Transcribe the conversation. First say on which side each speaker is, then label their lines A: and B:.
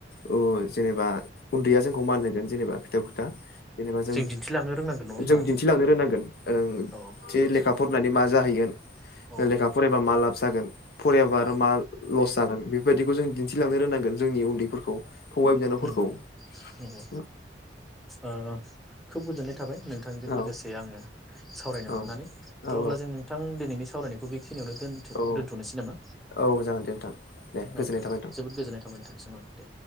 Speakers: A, on the left; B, in the centre.
A: अ जेनेबा उन्दैया जोंखौ मान होन जेनेबा खोथायाव खोथा जेनेबा जों
B: दिन्थिलांनो रोंनांगोन नङा होमबा
A: जों दिन्थिलांनो रोंनांगोन ओ
B: औ
A: जे
B: निसय
A: लेखा फरायनानै मा जाहैगोन।
B: औ
A: लेखा फरायबा मा लाब जागोन फरायाबा
B: औ
A: आरो मा लस जागोन बेफोरबायदिखौ जों दिन्थिलांनो रोंनांगोन जोंनि उन फोरखौ फंबाय बिनानावफोरखौ
B: नंगौ नंगौ नंगौ ओ। खो बु <unintelligible> थाबाय नोंथांजों
A: औ
B: लोगोसे आंङो सावरायनो
A: औ
B: मोननानै थ'
A: औ
B: अब्ला जों नोंथां दिनैनि सावरायनायखौ बे खिनियावनो दोन
A: औ
B: दोनथ'नोसै नामा?
A: औ औ जागोन दे नोंथां
B: औ
A: गोजोननाय
B: दे
A: थाबाय नोंथां
B: जोबोद गोजोननाय थाबाय नोंथांनिसिम आं दे।